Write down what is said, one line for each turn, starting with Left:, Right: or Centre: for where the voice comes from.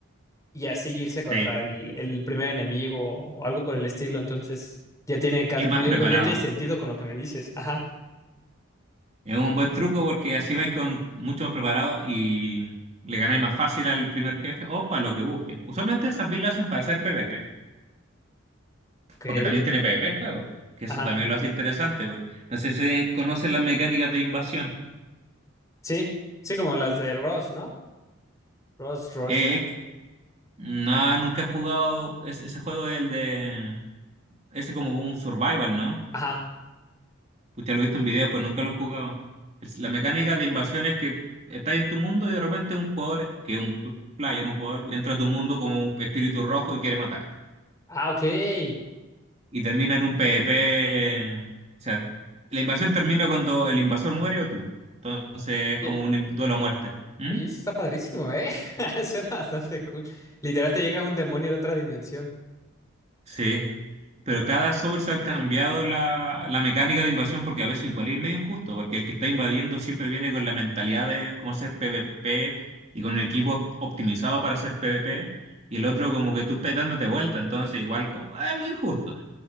Left: y así irse contra
Right: Sí,
Left: el, el primer enemigo o algo por el estilo. Entonces, ya tiene cas-
Right: ir
Left: yo-
Right: más preparado.
Left: pero ya tiene sentido con lo que me dices. Ajá.
Right: Es un buen truco porque así vais con muchos preparados y le ganáis más fácil al primer jefe o para lo que busquen. Usualmente esas builds las hacen para hacer PvP.
Left: Ok.
Right: Porque también tiene PvP el juego, que
Left: Ajá.
Right: eso también lo hace interesante, porque no sé si conocen las mecánicas de invasión.
Left: Sí. Sí, como las de Ross, ¿no? Ross, Rush.
Right: Eh, no, nunca he jugado ese, ese juego, el de... Ese como un survival, ¿no?
Left: Ajá.
Right: Usted lo he visto en video, pues nunca lo he jugado. Es- La mecánica de invasión es que estás en tu mundo y de repente un jugador, que es un player, un jugador, entra a tu mundo como un espíritu rojo y quiere matarte.
Left: Ah, ok. Oye,
Right: Y termina en un PvP... eh, o sea, la invasión termina cuando el invasor muere o tú. Entonces es como
Left: o-
Right: un duelo a muerte. ¿Mm?
Left: oye, eso está padrísimo, ¿eh? <laughs> Suena bastante cool. Literal te llega un demonio de otra dimensión.
Right: Sí, pero cada Souls han cambiado la, la mecánica de invasión porque a veces igual es medio injusto, porque el que está invadiendo siempre viene con la mentalidad de cómo hacer PvP y con un equipo optimizado para hacer PvP, y el otro como que tú estás dándote vuelta, entonces igual como algo injusto.